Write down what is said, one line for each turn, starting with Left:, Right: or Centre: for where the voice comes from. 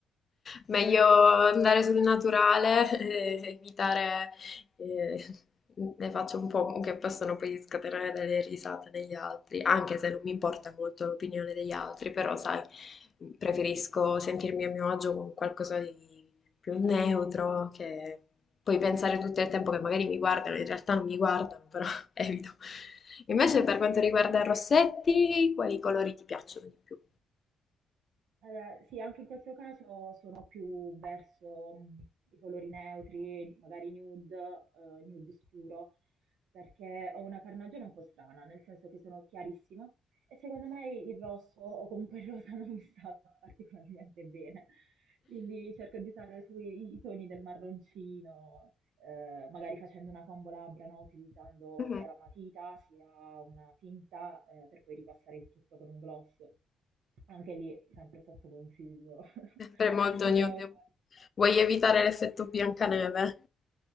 Left: meglio andare sul naturale <laughs> e evitare eh, le facce un po' che possono poi scatenare delle risate negli altri, anche se non mi importa molto l'opinione degli altri, però sai, preferisco sentirmi a mio agio con qualcosa di più neutro che poi pensare tutto il tempo che magari mi guardano, in realtà non mi guardano, <laughs> evito. Invece
Right: <laughs>
Left: per quanto riguarda i rossetti, quali colori ti piacciono di più?
Right: Allora, sì, anche in questo caso sono più verso mh, i colori neutri, magari nude, eh, nude scuro, perché ho una carnagione un po' strana, nel senso che sono chiarissima e secondo me il rosso o comunque il rosa <laughs> non mi sta particolarmente bene. Quindi cerco di usare sui- i toni del marroncino, eh, magari facendo una combo labbra, no? Utilizzando
Left: Mhm.
Right: sia la matita sia una tinta, eh, per poi ripassare il tutto con un gloss. Anche lì, sempre sotto consiglio <laughs>
Left: Sempre molto
Right: dei
Left: nude.
Right: social.
Left: Vuoi evitare l'effetto Biancaneve?